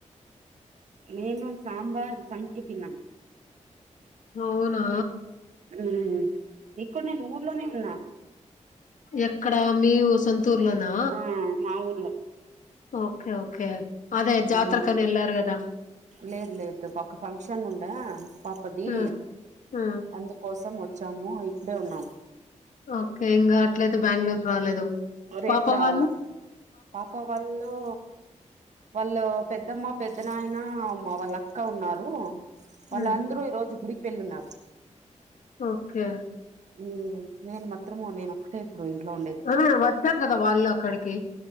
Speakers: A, on the right; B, on the left.
A: మేము సాంబార్ సంకి తిన్నాం
B: అవునా
A: ఊ ఇక్కడ నేను ఊర్లోనే ఉన్నా
B: ఎక్కడ మీ ఊ సొంతూరులో నా
A: ఆ మా ఊర్లో
B: ఓకే ఓకే అదే జాత్రరకని
A: ఆ
B: ఎళ్ళారు గదా
A: లేదు లేదు ఒక ఫంక్షన్ ఉండె పాపది
B: ఆ ఆ
A: అందు కోసం వచ్చాము ఇక్కడే ఉన్నాం
B: ఓకే ఇంగా అట్లయితే బ్యాంగ్ళూరు రాలేదు
A: రేపు
B: పాప
A: రావాల
B: వాళ్ళు
A: పాప వళ్ తో వాళ్ళ పెద్దమ్మ పెద్ద నాయన అమ్మ వాళ్ళక్క ఉన్నారు వాళ్ళందరూ
B: ఉమ్
A: ఈ రోజు గుడికి వెళ్ళున్నారు
B: ఓకే
A: ఉమ్ నేను మత్రము నేనొక్కటే ఇప్పుడు ఇంట్లో ఉండే
B: ఆ వచ్చారు కదా వాళ్ళు అక్కడికి